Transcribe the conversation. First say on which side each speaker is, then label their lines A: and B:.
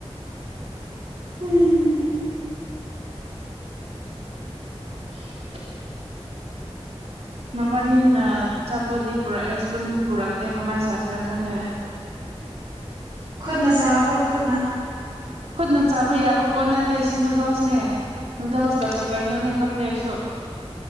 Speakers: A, on the right (about 40°); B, on the right (about 80°).
A: ꯎꯝ ꯍꯨꯝ
B: <unintelligible> ꯃꯕꯥꯅꯤꯅ ꯑꯆꯥꯄꯣꯠꯗꯤ ꯄꯨꯔꯛꯑꯦ ꯁ꯭ꯄꯨꯟ ꯄꯨꯔꯛꯇꯦ ꯀꯃꯥꯏꯅ ꯆꯥꯁꯤꯔ ꯈꯪꯗꯦ
A: ꯈꯨꯠꯅ ꯆꯥꯈ꯭ꯔꯣ ꯈꯨꯠꯅ
B: ꯈꯨꯠꯅ ꯆꯥꯕ ꯌꯥꯕ ꯄꯣꯠ ꯅꯠꯇꯦ ꯁꯤ ꯅꯨꯗꯜꯁꯅꯦ ꯅꯨꯗꯜꯁꯀ ꯀꯩ ꯀꯩꯅꯣꯅꯦ ꯈꯪꯗꯦ ꯑꯩꯁꯨ